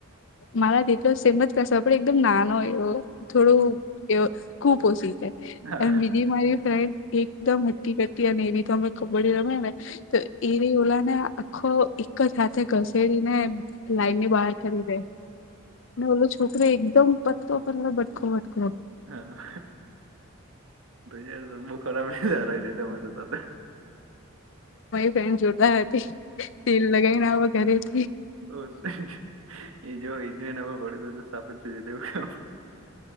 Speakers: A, on the left; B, on the right.
A: મારા તેટલો સેમ જ કસ પણ એકદમ નાનો એવો થોડું
B: હમ,
A: એવ ખૂપ ઓશી
B: હા
A: બીજી મારી ફ્રેન્ડ એકદમ હટ્ટીકટ્ટી અને એવી તો અમે ખબડી રમે ને- તો એરી ઓલા ને આ-આ-આખો એક જ હાથે ઘસેડીને-મ લાઈનની બહાર ખરીદે ને ઓલો છોકરી એકદમ પતો-પતલો બટખો-વટકો
B: <inaudible> તું યાર બુ ખરાબ હરાય દેતા <inaudible> તો-તો-તો
A: ફ્રેન જોતા હતી તેલ લગાઈને આવો ઘરે જ
B: ઓ <inaudible> એજો-એજો એને બોઉ વડે બધું સ્થાપન છે છે તેવું કામ